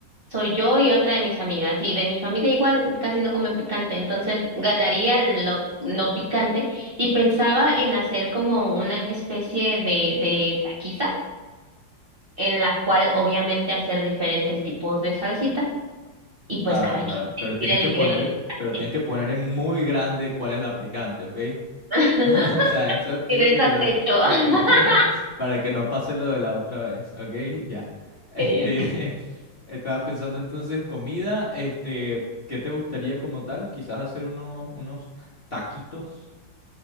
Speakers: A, on the right; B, on the left.
A: soy yo y otra de mis amigas. Y de mi familia igual casi no comen picante, entonces ganaría lo no picante. Y pensaba en hacer como una especie de, de taquiza, en la cual obviamente hacer diferentes tipos de salsitas. Y pues
B: Claro,
A: cada
B: claro,
A: quien decide
B: pero tienes
A: el
B: que
A: nivel
B: poner,
A: de picante.
B: pero tienes que poner en muy grande cuál es la picante, ¿ok?
A: <laughs>
B: <laughs> O sea, eso quiero
A: Y de
B: que
A: esa
B: lo...
A: techo.
B: Ok,
A: <laughs>
B: <laughs> para que no pase lo de la otra vez, ok, ya. Este,
A: Okay, okay.
B: <laughs> estaba pensando entonces comida, este, ¿qué te gustaría como tal? Quizás hacer unos, unos taquitos.